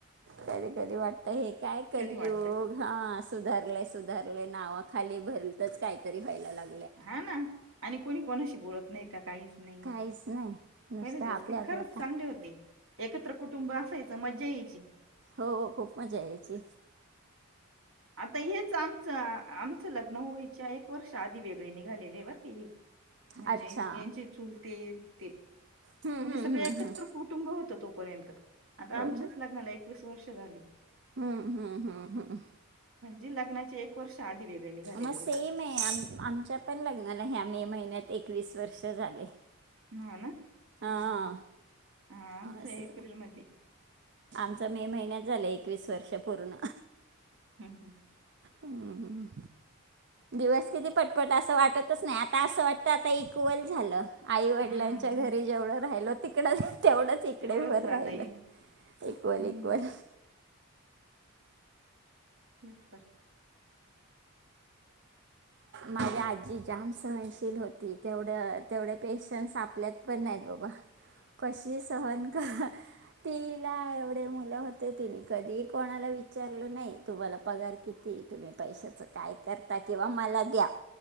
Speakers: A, on the right (about 55°); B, on the right (about 70°).
A: कधी कधी वाटत हे काय कलयूग
B: वाटत
A: हा सुधारलाय सुधार नावा खाली भरच काहीतरी व्हायला लाग
B: हा ना आणि कोणी कोणाशी बोलत नाही का काहीच. नाही
A: काहीच नाही नुसतं
B: पहिले दिवस
A: आपल्या
B: किती
A: आपल्या
B: खरंच
A: आता
B: चांगले होते. एकत्र कुटुंब असायचं मज्जा यायची.
A: हो खूप मजा यायची
B: आता हेच आमचं आमचं लग्न व्हायच्या एक वर्ष आधी वेगळे निघालेले आहे बर का. म्हणजे
A: अच्छा
B: यांचे चुलते ते
A: हम्म, हम्म,
B: म्हणजे सगळे
A: हम्म,
B: एकत्र
A: हम्म.
B: कुटुंब होतं तोपर्यंत आता
A: हो
B: आमच्याच
A: ना
B: लग्नाला एकवीस वर्ष झाली.
A: हम्म हम्म हम्म हम्म.
B: े लग्नाचे एक वर्ष आधी निघालेले
A: मग
B: होते.
A: सेम आहे आ आमच्या पण लग्नाला आहे आम्ही महिन्यात एकवीस वर्ष झाले.
B: ह ना.
A: हां
B: हम् आमच
A: असं
B: एप्रिल मध्ये
A: आमचं मे महिन्यात झालं एकवीस वर्ष पूर्ण
B: हम्म हम्म.
A: हम्मम. दिवस किती पटपट असं वाटतच नाही आता असं वाटत आता इक्वल झालं आई वडिलांच्या
B: हम्म
A: घरी जेवढं राहिल तिकड. तेवढंच इकडे
B: तेवढंच
A: भर
B: झालंय
A: राहिल इक्वल
B: हम्म
A: इक्वल.
B: तीस तर
A: माझी आजी जाम. सहनशील होती तेवढ तेवढे पेशन्स आपल्यात पण नाहीत बाबा. कशी सहन क तिला एवढे मुलं होती. कधी कोणाला विचारलं नाही तुम्हाला पगार किती तुम्ही पैशाच काय करता. किंवा मला द्या